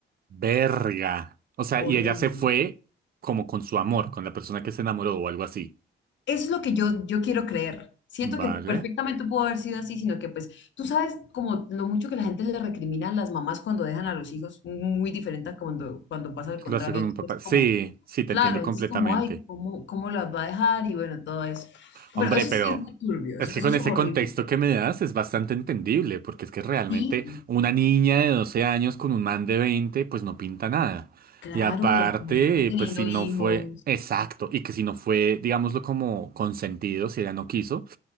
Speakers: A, on the right; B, on the left.
A: Verga. O sea,
B: Horrible.
A: y ella se fue como con su amor, con la persona que se enamoró o algo así.
B: Eso es lo que yo, yo quiero creer. Siento
A: Vale.
B: que perfectamente pudo haber sido así, sino que pues tú sabes como lo mucho que la gente le recrimina a las mamás cuando dejan a los hijos, muy diferente a cuando, cuando pasa al contrario.
A: Lo hace con
B: Entonces
A: un papá. Sí,
B: como que,
A: sí, te
B: claro,
A: entiendo
B: entonces
A: completamente.
B: como, ay, ¿cómo, cómo las va a dejar? Y bueno, todo eso. Bueno,
A: Hombre,
B: eso
A: pero
B: sí es muy turbio,
A: es
B: eso,
A: que
B: eso
A: con
B: es
A: ese
B: horrible.
A: contexto que me das es bastante entendible, porque es que realmente
B: Sí,
A: una niña de 12 años con un man de 20 pues no pinta nada.
B: claro,
A: Y aparte,
B: y aparte teniendo
A: pues si no
B: hijos,
A: fue exacto, y que si no fue, digámoslo, como consentido, si ella no quiso,